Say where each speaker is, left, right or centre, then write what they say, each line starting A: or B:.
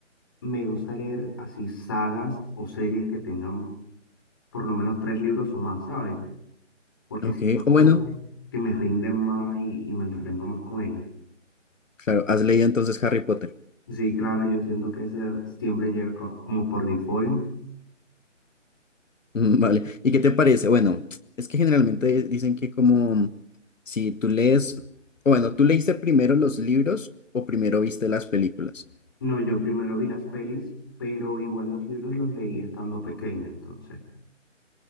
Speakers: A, on the left; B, on the left.
A: me gusta leer así sagas o series que tengan por lo menos tres libros o más, ¿sabes? Porque
B: Ok,
A: siento como
B: o bueno,
A: que, que me rinden más y, y me entretengo más con ellos.
B: claro, has leído entonces Harry Potter. <laughs>
A: Sí, claro, yo siento que eso siempre llega co- como por default.
B: Mm, Vale, ¿y qué te parece? Bueno, es que generalmente dicen que como si tú lees, o bueno, tú leíste primero los libros o primero viste las películas.
A: No, yo primero vi las pelis, pero igual los libros los leí estando pequeño, entonces.